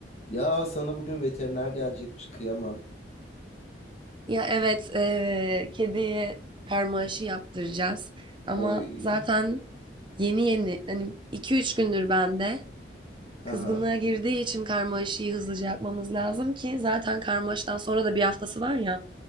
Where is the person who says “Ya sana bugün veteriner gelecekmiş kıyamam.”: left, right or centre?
Left